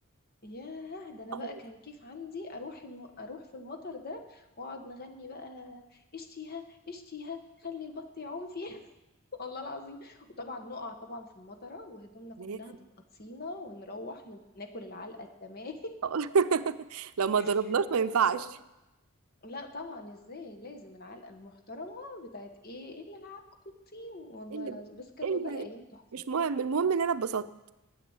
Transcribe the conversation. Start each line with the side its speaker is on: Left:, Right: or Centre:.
Left: ياه ده انا
Right: اه
Left: بقى كان كيف عندي اروح الم... اروح في المطر ده واقعد نغني بقى اشتيها اشتيها خلي البط يعوم فيها <laughs> والله العظيم وطبعا نقع طبعا في المطرة وهدومنا كلها
Right: لازم
Left: تبقى طينة ونروح ن- ناكل العلقة التمام
Right: أه. <laughs> لو ما ضربناش
Left: <laughs>
Right: ما ينفعش
Left: والله لا طبعا ازاي لازم العلقه المحترمه بتاعت ايه اللي لعبكم بالطين والله
Right: ايه اللي
Left: العظيم
Right: بقى
Left: بس كانت
Right: ايه
Left: والله
Right: اللي بقى؟
Left: ايام تحفه
Right: مش مهم المهم ان انا اتبسطت